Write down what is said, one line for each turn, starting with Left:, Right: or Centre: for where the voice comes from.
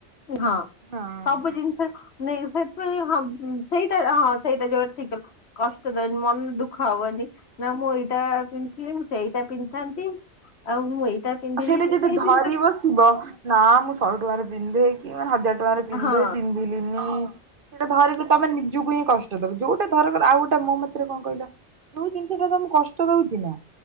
Left: ହଁ
Right: ହଁ।
Left: ସବୁ ଜିନିଷ ନାଇଁ ସେଥିପାଇଁ ହଁ ସେଇଟା ହଁ ସେଇଟା ଯୋଉଟା ଠିକ କହିଲ କଷ୍ଟ ଦବନି ମନ ଦୁଃଖ ହବନି। ନା ମୁଁ ଏଇ ଏଇଟା ପିନ୍ଧିଥିଲି ମୁଁ ସେଇଟା ପିନ୍ଧଥାନ୍ତି। ଆଉ ମୁଁ ଏଇ ପିନ୍ଧିଲି
Right: ଆଉ ସେଇଠି ଯଦି ଧରି
Left: ଜିନିଷ
Right: ବସିବ ନା ମୁଁ ସ ପିନ୍ଧେଇ କି <unintelligible> କି ମାନ ହଜାର ଟଙ୍କାରେ ପିନ୍ଧେ
Left: ହଁ
Right: ପିନ୍ଧିଲିନି ସେଇଟା ଧରିକି ତମେ ନିଜକୁ ହିଁ କଷ୍ଟ ଦବ। ଯୋଉଟା ଧର ଆଉ ଗୋଟେ ମୋ ମତରେ କଣ କହିଲ ଯଉ ଜିନିଷ ଟା ତମକୁ କଷ୍ଟ ଦଉଛି ନା